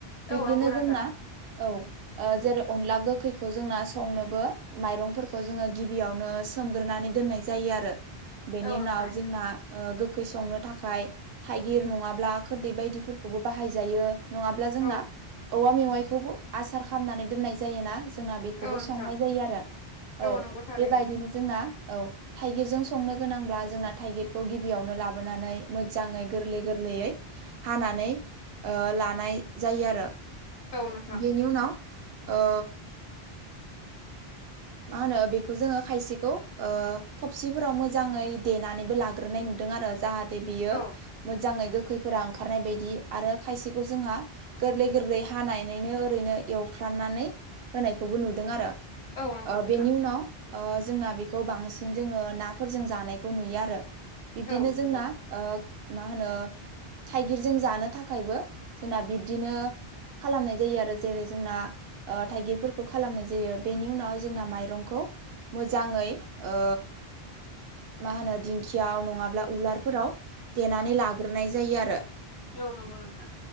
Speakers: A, on the right; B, on the left.
A: बिब्दिनो
B: औ नंगौ नोंथां
A: जोंना औ। जेरै अनला गोखैखौ जोंना संनोबो माइरंफोरखौ जोंङो गिबियावनो सोमग्रोनानै दोननाय जायो आरो बेनि
B: औ
A: उनाव
B: नोंथां
A: जोंना ओ गोखै संनो थाखाय थाइगिर नङाब्ला खोरदै बायदिफोरखौबो बाहायजायो। नङाब्ला जोंना
B: औ
A: औवा मेवाइखौबो आसार खालामनानै दोननाय जायोना। जों बेखौबो
B: औ नोंथां
A: संनाय जायो आरो औ
B: नंगौ थारैनो
A: बेबायदिनो जोंना औ थाइगिरजों सं संनो गोनांब्ला जोंना थाइगिरखौ गिबियावनो लाबोनानै मोजांङै गोरलै गोरलैयै हानानै ऐ लानाय जायो आरो।
B: औ नोंथां
A: बिनिउ नाव ओ मा होनो बेखौ जोंङो खायसेखौ ओ थबसिफोराव मोजांङै देनानैबो लाग्रोनाय नुदों आरो जाहाथे बियो
B: औ
A: मोजाङै गोखैफोरा ओंखारनाय बायदि आरो खायसे जोंहा गोरलै गोरलै हानानैनो ओरैनो एवफ्राननानै होनायखौबो नुदों आरो
B: औ नंगौ
A: ओ
B: नोंथां
A: बेनि उनाव जोंना बेखौ बांसिन जोंङो नाफोरजों जानायखौ नुयो आरो। बिब्दिनो
B: औ नंगौ
A: ओ जोंना मा होनो थाइगिरजों जानो थाखायबो जोंना बिब्दिनो खालामनाय जायो आरो जेरै जोंना थाइगिरफोरखौ खालामनाय जायो। बेनि नि उनाव जोंना माइरंखौ मोजाङै ओ मा होनो दिंखियाव नङाब्ला उलारफोराव देनानै लाग्रोनाय जायो आरो।
B: ओ नंगौ नोंथां